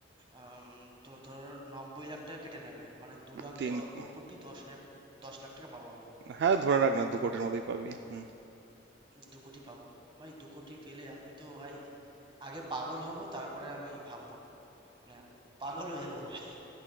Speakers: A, on the right; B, on the right.
A: আম, তো ধর নব্বই লাখ টাকা কেটে নেবে মানে দু লাখ
B: তিন
A: দ-
B: কো-
A: দু কোটি দশ হাজার দশ লাখ টাকা পাবো আমি
B: হ্যাঁ ধরে রাখ না দু কোটির মতোই পাবি হুম।
A: দু কোটি পাবো ভাই দু কোটি পেলে আমি তো ভাই আগে পাগল হব তারপরে আমি ভাববো মানে পাগল হয়ে যাবো ভাই